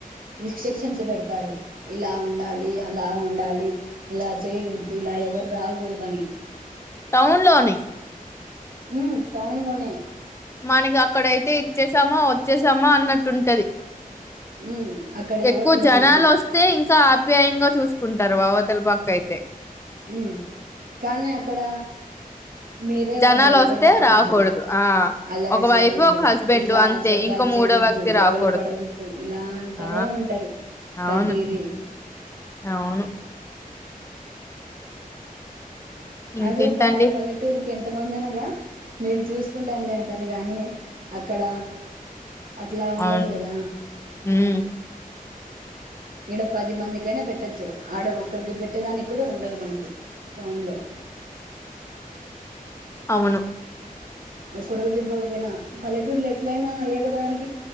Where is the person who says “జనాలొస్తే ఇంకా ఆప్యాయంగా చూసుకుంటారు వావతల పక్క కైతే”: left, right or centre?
Left